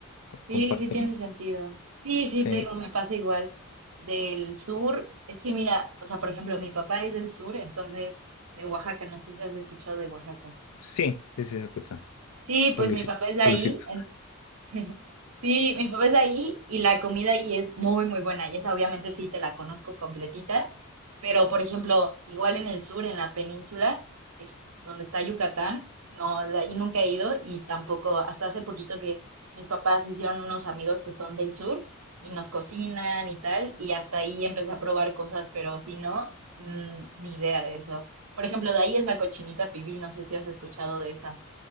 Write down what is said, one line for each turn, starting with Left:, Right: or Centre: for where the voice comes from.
Left: Co-
Right: sí,
Left: Comparten
Right: sí tiene
Left: más.
Right: sentido. Sí, sí,
Left: Sí.
Right: te digo, me pasa igual. Del sur, es que mira, o sea, por ejemplo, mi papá es del sur, entonces de Oaxaca, no sé si has escuchado de Oaxaca.
Left: Sí, sí, sí, se escucha.
Right: Sí, pues
Left: Con Luisi-
Right: mi papá es de
Left: con
Right: ahí,
Left: Luisito.
Right: <laughs> Sí, mi papá es de ahí y la comida ahí es muy, muy buena. Y esa obviamente sí te la conozco completita. Pero, por ejemplo, igual en el sur, en la península, es donde está Yucatán, no, de ahí nunca he ido y tampoco, hasta hace poquito que mis papás hicieron unos amigos que son del sur y nos cocinan y tal. Y hasta ahí empecé a probar cosas, pero si no, mm, ni idea de eso. Por ejemplo, de ahí es la cochinita pibil, no sé si has escuchado de esa.